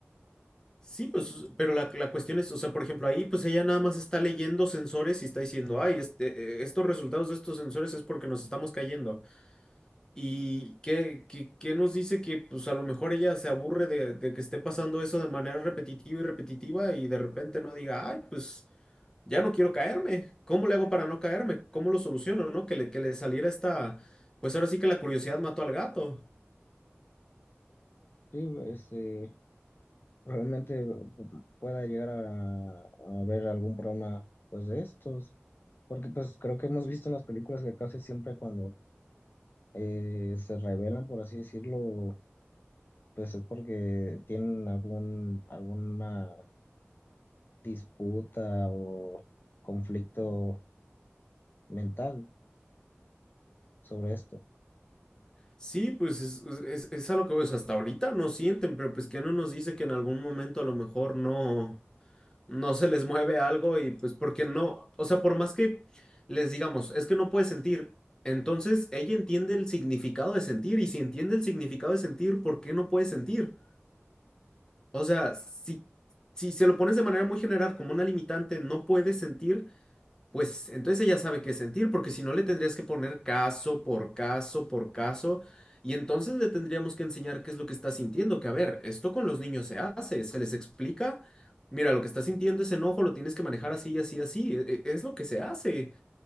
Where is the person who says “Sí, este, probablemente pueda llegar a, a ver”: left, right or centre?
Left